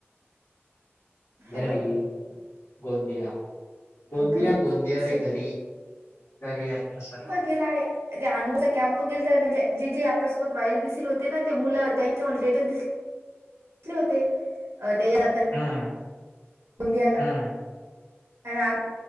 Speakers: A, on the right; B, on the left.
A: हॅलो
B: घरी, गोंदिया. गोंदिया
A: घरी
B: गोंदिया
A: सुट
B: रे घरी, घरी आहेत ना सार
A: केलाय. ते अनुचा कॅम्प गेलता, म्हणजे जे जे आपल्यासोबत वाईल बिसिल होते ना ते मुलं त्यांच मला स्टेटस दिस तले होते <unintelligible> <inaudible> जात
B: हम्म
A: गोंदियाला
B: हम्म
A: <unintelligible>